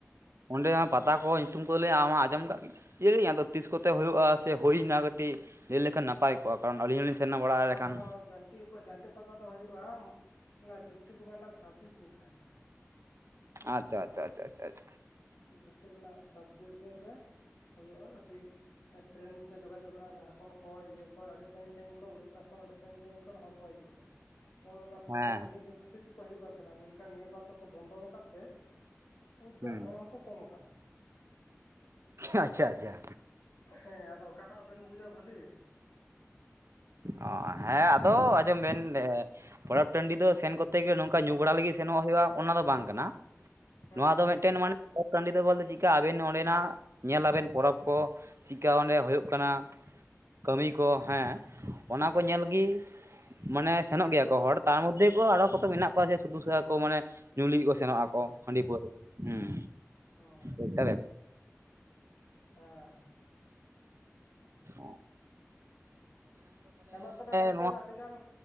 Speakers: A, on the right; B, on the left.
A: ᱚᱸᱰᱮ ᱱᱟᱜ ᱯᱟᱛᱟ ᱠᱚ ᱧᱩᱛᱩᱢ ᱠᱚ ᱞᱟᱹᱭ ᱟᱢ ᱟᱸᱚᱢ ᱠᱟᱜ ᱠᱤ ᱤᱭᱟ ᱟᱫᱚ ᱛᱤᱥ ᱠᱚᱛᱮ ᱦᱩᱭᱩᱜᱼᱟ ᱥᱮ ᱦᱩᱭᱱᱟ ᱠᱟᱹᱴᱤᱡ ᱞᱟᱹᱭ ᱞᱮᱠᱷᱟᱱ ᱱᱟᱯ ᱱᱟᱯᱟᱭ ᱠᱚᱜᱼᱟ ᱠᱟᱨᱚᱱ ᱟᱹᱞᱤᱧ ᱦᱚᱞᱤᱧ ᱥᱮᱱ ᱱᱟ ᱵᱟᱲᱟᱭ
B: ᱚᱱᱟ
A: ᱞᱮᱠᱷᱟᱱ
B: ᱫᱚ ᱡᱷᱟᱹᱱᱴᱤ ᱡᱷᱟᱹᱱᱴᱤ ᱯᱟᱛᱟ ᱫᱚ ᱦᱩᱭᱩᱜᱼᱟ ᱚᱱᱟ ᱡᱳᱥᱴᱤ ᱵᱚᱸᱜᱟ ᱨᱮᱱᱟᱜ ᱪᱷᱟᱵᱽᱵᱤᱥ ᱫᱤᱱ ᱨᱮ᱾
A: ᱟᱪᱪᱷᱟ ᱟᱪᱷᱟ ᱪᱷᱟ ᱪᱷᱟ ᱪᱷᱟ
B: ᱡᱳᱥᱴᱤ ᱨᱮᱱᱟᱜ ᱪᱷᱟᱵᱽᱵᱤᱥ ᱫᱤᱱ ᱨᱮ ᱦᱩᱭᱩᱜᱼᱟ, ᱟᱹᱰᱤ ᱴᱨᱮᱹᱱ ᱛᱮ ᱡᱳᱜᱟ ᱡᱳᱜ ᱱᱟ ᱡᱷᱟᱲᱠᱷᱚᱸᱰ ᱠᱷᱚᱡ ᱤᱭᱟᱹ ᱠᱷᱚ ᱟᱹᱰᱤ ᱥᱟᱹᱜᱤᱧ ᱥᱟᱺᱜᱤᱧ ᱠᱷᱚᱱ ᱩᱲᱤᱥᱟ ᱠᱷᱚᱱ ᱟᱹᱰᱤ ᱥᱟᱺᱜᱤᱧ ᱥᱟᱺᱜᱤᱧ ᱠᱷᱚᱱ ᱦᱚᱲ ᱠᱚ ᱦᱤᱡᱩᱜᱼᱟ᱾ ᱚᱱ ᱚᱱᱟ ᱯᱟᱹᱣᱨᱟᱹ
A: ᱦᱮᱸ
B: ᱦᱟᱺᱰᱤ ᱧᱩ ᱠᱷᱟᱹᱛᱤᱨ ᱜᱮᱠᱚ ᱦᱤᱡᱩᱜ ᱠᱟᱱ ᱛᱟᱦᱮᱱᱟ ᱢᱮᱱᱠᱷᱟᱱ ᱱᱤᱭᱟᱹ ᱵᱟᱨ ᱫᱚᱠᱚ ᱵᱚᱱᱫᱚ ᱟᱠᱟᱫ ᱛᱮ ᱵᱩᱫ
A: ᱦᱩᱸ
B: ᱜᱟ ᱦᱚᱲ ᱦᱚᱸᱠᱚ ᱠᱚᱢ ᱠᱟᱱᱟ᱾
A: ᱟᱪᱪᱷᱟ ᱟᱪᱷᱟ
B: ᱦᱮᱸ ᱟᱫᱚ ᱚᱠᱟ ᱴᱟᱜ ᱵᱮᱱ ᱵᱩᱡᱟ ᱵᱷᱟᱹᱞᱤ
A: ᱚ ᱦᱮᱸ ᱟᱫᱚ ᱟᱸᱡᱚᱢ ᱵᱮᱱ ᱮ ᱯᱚᱨᱚᱵ ᱴᱟᱺᱰᱤ ᱫᱚ ᱥᱮᱱ ᱠᱚᱛᱮ ᱜᱮ ᱱᱚᱝᱠᱟ ᱧᱩ ᱵᱟᱲᱟ ᱞᱟᱹᱜᱤᱫ ᱥᱮᱱᱚᱜ ᱦᱩᱭᱩᱜᱼᱟ ᱚᱱᱟ ᱫᱚ ᱵᱟᱝ ᱠᱟᱱᱟ
B: ᱦᱮᱸ
A: ᱱᱚᱣᱟ ᱫᱚ ᱢᱮᱫ ᱢᱤᱫ ᱴᱮᱱ ᱢᱟᱱᱮ ᱯᱚᱨᱚᱵᱽ ᱴᱟᱺᱰᱤ ᱫᱚ ᱵᱚᱞᱛᱮ ᱪᱮᱫ ᱠᱟ ᱟᱵᱮᱱ ᱚᱸᱰᱮᱱᱟᱜ ᱧᱮᱞ ᱟᱵᱮᱱ ᱯᱚᱨᱚᱵᱽ ᱠᱚ ᱪᱮᱫ ᱠᱟ ᱚᱸᱰᱮ ᱦᱳᱭᱳᱜ
B: ᱦᱮᱸ
A: ᱠᱟᱱᱟ ᱠᱟᱹᱢᱤ ᱠᱚ ᱦᱮᱸ ᱚᱱᱟ ᱠᱚ ᱧᱮᱞ ᱜᱮ, ᱢᱟᱱᱮ ᱥᱮᱱᱚᱜ ᱜᱮᱭᱟ ᱠᱚ ᱦᱚᱲ ᱛᱟᱨ ᱢᱚᱫᱷᱮ ᱠᱚ ᱟᱨᱦᱚ ᱠᱚᱛᱚ ᱢᱮᱱᱟᱜ ᱠᱚᱣᱟ ᱥᱩᱫᱷᱩ ᱠᱚ ᱢᱟᱱᱮ ᱧᱩ ᱞᱤᱜᱤ ᱠᱚ ᱥᱮ ᱥᱮᱱᱚᱜ
B: ᱦᱮᱸ
A: ᱟᱠᱚ ᱦᱟᱺᱰᱤ ᱯᱟᱹᱣᱨᱟᱹ ᱦᱮᱸ
B: ᱦᱮᱸ
A: ᱚᱱᱠᱟ ᱵᱮᱯ
B: ᱦᱮᱸ
A: ᱚ
B: ᱦᱮᱸ ᱢᱟ ᱛᱟᱦᱚᱞᱮ ᱜᱚᱝᱠᱮ
A: ᱱᱚᱣᱟ
B: ᱟᱹᱰᱤ ᱜᱟᱱ